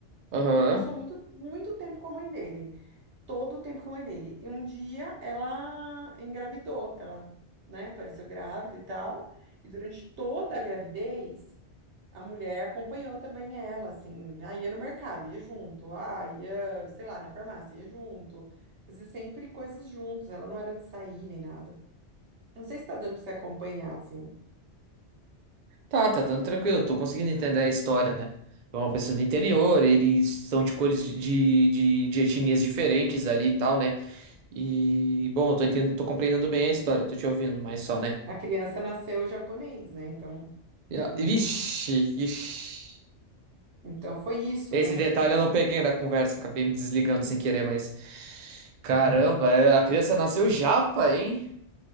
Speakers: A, on the right; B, on the right.
A: Aham.
B: e passou muito, muito tempo com a mãe dele todo o tempo com a mãe dele. E um dia ela engravidou, ela, né, apareceu grávida e tal. E durante toda a gravidez, a mulher acompanhou também ela, assim, ah, ia no mercado, ia junto, ah, ia, sei lá, na farmácia, ia junto. Fazia sempre coisas juntos, ela não era de sair nem nada. Não sei se tá dando pra você acompanhar, assim.
A: Tá, tá dando tranquilo. Tô conseguindo entender a história, né? É uma pessoa do interior, eles são de cores de, de, de de etnias diferentes ali e tal, né? E, bom, eu tô entendendo, tô compreendendo bem a história, tô te ouvindo, mas só, né?
B: A criança nasceu japonês, né? Então,
A: E
B: hum,
A: a- Vixe, vixe.
B: então foi isso,
A: Esse
B: né,
A: detalhe
B: que
A: eu não peguei da conversa, acabei me desligando sem querer, mas. Caramba, é, a criança nasceu japa, hein?